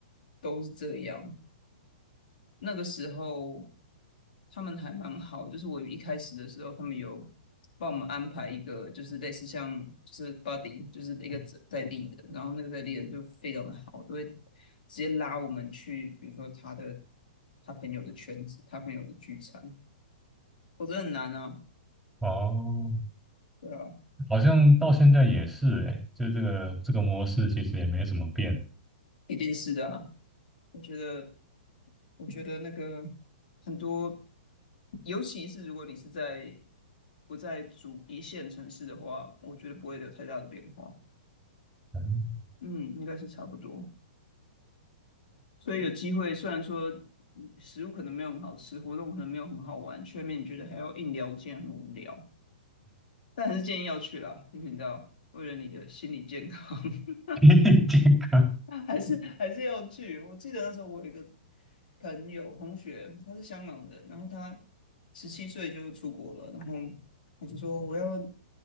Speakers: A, on the left; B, in the centre.
A: 都是这样。那个时候。他们还蛮好，就是我一开始的时候，他们有帮我们安排一个，就是类似像就是 buddy，就是一个在在地的，然后那个在地人就非常的好，都会直接拉我们去，比如说他的他朋友的圈子，他朋友的聚餐，我觉得很难啊，
B: 哦，
A: 对啊，
B: 好像到现在也是哎，就这个这个模式其实也没怎么变。
A: 一定是的啊，我觉得我觉得那个很多，尤其是如果你是在不在主一线城市的话，我觉得不会有太大的变化。
B: <laughs> 嗯。
A: 嗯，应该是差不多。所以有机会，虽然说嗯食物可能没有很好吃，活动可能没有很好玩，却面你觉得还要硬聊，天很无聊。但还是建议要去啦，因为你知道，为了你的心理健康。<laughs>
B: <laughs> 健康，
A: <laughs> 还是还是要去。我记得那时候我有一个朋友同学，他是香港人，然后他十七岁就出国了，然后我就说我要，